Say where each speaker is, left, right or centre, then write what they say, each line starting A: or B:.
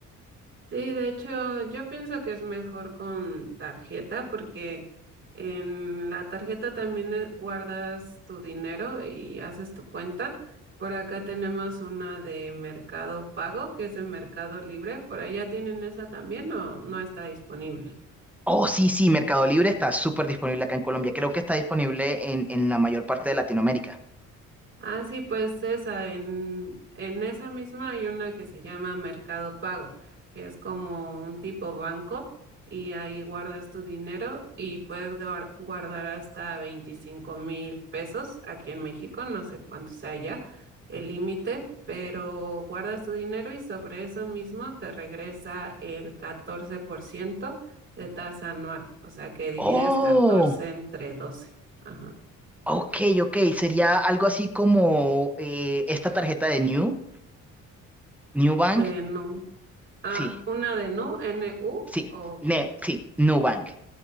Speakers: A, on the right; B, in the centre.
A: Sí, de hecho, yo pienso que es mejor con tarjeta porque en la tarjeta también eh, guardas tu dinero y haces tu cuenta. Por acá tenemos una de Mercado Pago, que es de Mercado Libre. ¿Por allá tienen esa también o no está disponible?
B: Oh, sí, sí, Mercado Libre está súper disponible acá en Colombia. Creo que está disponible en, en la mayor parte de Latinoamérica.
A: Ah, sí, pues esa, en, en esa misma hay una que se llama Mercado Pago, que es como un tipo banco y ahí guardas tu dinero y puedes guar- guardar hasta veinticinco mil pesos aquí en México, no sé cuánto sea ya el límite, pero guardas tu dinero y sobre eso mismo te regresa el 14% de tasa anual, o sea que divides
B: Oh.
A: 14 entre 12. Ajá.
B: Ok, ok, sería algo así como eh, esta tarjeta de New, New Bank.
A: De no. Ah,
B: Sí,
A: una de Nu, N-U,
B: sí,
A: o
B: ne-
A: cuál.
B: sí, New Bank.